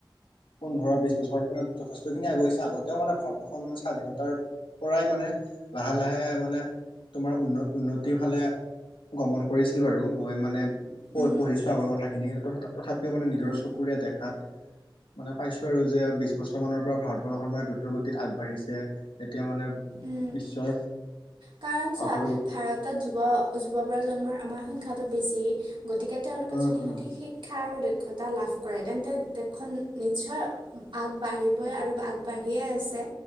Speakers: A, on the left; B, on the right.
A: পোন্ধৰ বিশ বছৰত মানে যথেষ্টখিনি আগুৱাইছে আগতেও মানে ভাৰতবৰ্ষত মানে স্বাধীনতাৰ পৰাই মানে লাহে লাহে মানে তোমাৰ উ উন্নতিৰ ফালে গমন পঢ়িছিল বাৰু মই মানে প
B: উম,
A: পঢ়িছো আগৰ কথাখিনি তথাপিও মানে নিজৰ
B: উম,
A: চকুৰে দেখাত মানে পাইছো আৰু যে বিশ বছৰ মানৰ পৰা ভাৰতবৰ্ষখন মানে দ্ৰুতগতিত আগবাঢ়িছে এতিয়া মানে
B: উম
A: বিশ্বৰ
B: কাৰণ চোৱা
A: অগ্ৰগতি
B: ভাৰতত যুৱ যুৱ প্ৰজন্মৰ আমাৰ সংখ্যাটো বেছি গতিকে তেওঁলোকে
A: উম
B: যদি
A: উম
B: সঠিক শিক্ষা আৰু দক্ষতা লাভ কৰে তেন্তে দেখোন নিশ্চয় আগবাঢ়িব আৰু আগবাঢ়িয়ে আছে,